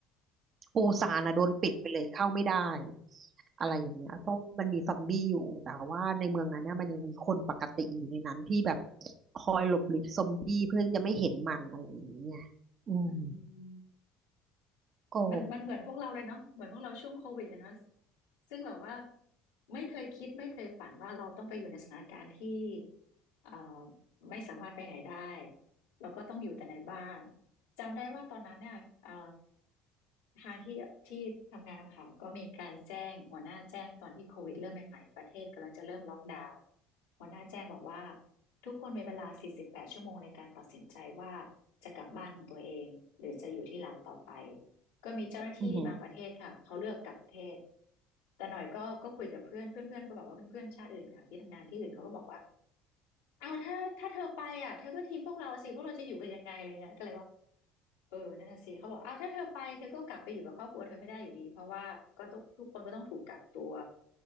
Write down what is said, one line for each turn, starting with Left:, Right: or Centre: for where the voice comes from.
Right: ปูซานอะโดนปิดไปเลยเข้าไม่ได้
Left: อืมค่ะ
Right: อะไรอย่างเงี้ยเพราะมันมีซอมบี้อยู่แต่ว่าในเมืองนั้นเนี่ยมันยังมีคนปกติอยู่ในนั้นที่แบบคอยหลบหลีกซอมบี้เพื่อจะไม่เห็นมันอะไรอย่างเงี้ยอืม
Left: อืม
Right: ก็
Left: มันมันเหมือนพวกเราเลยเนาะเหมือนพวกเราช่วงโควิดเลยเนาะซึ่งแบบว่าไม่เคยคิดไม่เคยฝันว่าเราต้องไปอยู่ในสถานการณ์ที่เอ่อไม่สามารถไปไหนได้แล้วก็ต้องอยู่แต่ในบ้านจำได้ว่าตอนนั้นเนี่ยเอ่อทางที่ที่ทำงานค่ะก็มีการแจ้งหัวหน้าแจ้งตอนที่โควิดเริ่มใหม่ๆประเทศกำลังจะเริ่มล็อกดาวน์หัวหน้าแจ้งบอกว่าทุกคนมีเวลาสี่สิบแปดชั่วโมงในการตัดสินใจว่าจะกลับบ้านของตัวเองหรือจะอยู่ที่เราต่อไป ก็มีเจ้าหน้าที่บางประเทศค่ะเขาเลือกกลับประเทศ
Right: อืม
Left: แต่หน่อยก็ก็คุยกับเพื่อนเพื่อนเพื่อนก็บอกว่าเพื่อนๆชาติอื่นค่ะที่ทำงานที่อื่นเขาก็บอกว่าเอาถ้าถ้าเธอไปอ่ะเธอก็ทิ้งพวกเราสิพวกเราจะอยู่กันยังไงอะไรเงี้ยก็เลยว่าเออนั่นน่ะสิเขาบอกเอาถ้าเธอไปเธอก็กลับไปอยู่กับครอบครัวเธอไม่ได้อยู่ดีเพราะว่าก็ต้องทุกคนก็ต้องถูกกักตัว